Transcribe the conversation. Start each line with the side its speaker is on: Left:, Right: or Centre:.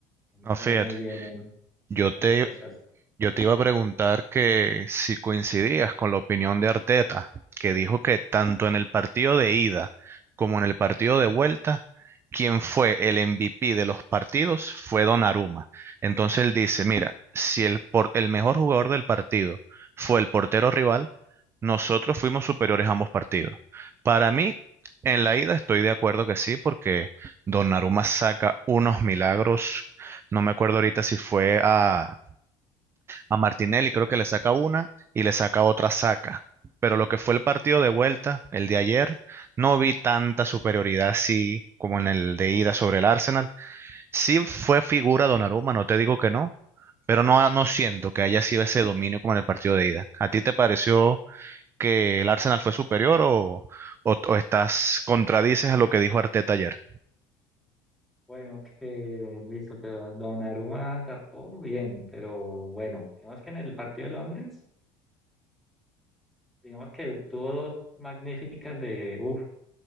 Centre: no me
Right: No,
Centre: fue
Right: fíjate,
Centre: muy bien en
Right: yo
Centre: las
Right: te,
Centre: apuestas.
Right: Yo te iba a preguntar que si coincidías con la opinión de Arteta, que dijo que tanto en el partido de ida como en el partido de vuelta, quien fue el MVP de los partidos fue Donnarumma. Entonces él dice, mira, si el, por- el mejor jugador del partido fue el portero rival, nosotros fuimos superiores a ambos partidos. Para mí, en la ida estoy de acuerdo que sí, porque Donnarumma saca unos milagros. No me acuerdo ahorita si fue a a Martinelli, creo que le saca una y le saca otra saca. Pero lo que fue el partido de vuelta, el de ayer, no vi tanta superioridad así como en el de ida sobre el Arsenal. Sí fue figura Donnarumma, no te digo que no, pero no, no siento que haya sido ese dominio como en el partido de ida. ¿A ti te pareció que el Arsenal fue superior o, o, o estás contradices a lo que dijo Arteta ayer?
Centre: Bueno, que listo, pero Donnarumma tapó bien, pero bueno, digamos que en el partido de Londres, digamos que tuvo dos magníficas de, uff,